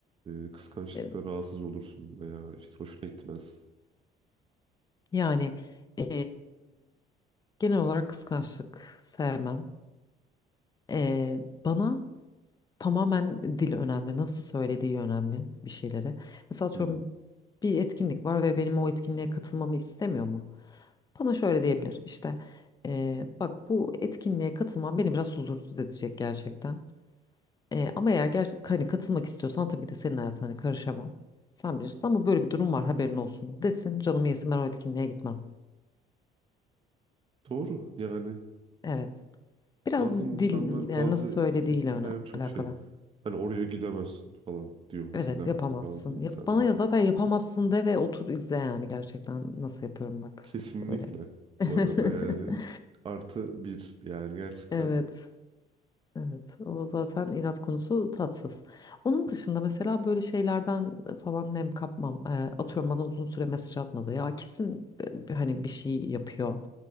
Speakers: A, on the right; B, on the left.
A: e, kıskançlıkla
B: E,
A: rahatsız olursun veya işte hoşuna gitmez.
B: Yani e, genel olarak kıskançlık sevmem. E, bana tamamen dil önemli, nasıl söylediği önemli bir şeyleri. Mesela atıyorum
A: Hmm,
B: bir etkinlik var ve benim o etkinliğe katılmamı istemiyor mu? Bana şöyle diyebilir işte eee, bak bu etkinliğe katılman beni biraz huzursuz edecek gerçekten. Eee, ama eğer ger hani katılmak istiyorsan tabii ki de senin hayatına hani karışamam. Sen bilirsin ama böyle bir durum var haberin olsun desin canımı yesin ben o etkinliğe gitmem.
A: Doğru yani
B: Evet biraz
A: Bazı insanlar,
B: dil yani
A: bazı
B: nasıl söylediğiyle
A: ilişkiler
B: öne
A: çok
B: alakalı.
A: şey. Hani oraya gidemezsin falan diyor mesela
B: Evet yapamazsın.
A: bazı insanlar.
B: Yap bana ya zaten yapamazsın de ve otur izle yani gerçekten nasıl yapıyorum bak
A: Kesinlikle
B: öyle. <laughs>
A: bu arada yani artı bir yani gerçekten
B: Evet. Evet, o zaten inat konusu tatsız. Onun dışında mesela böyle şeylerden e, falan nem kapmam. Ee, atıyorum bana uzun süre mesaj atmadı. Ya kesin e, bir- hani bir şey yapıyor.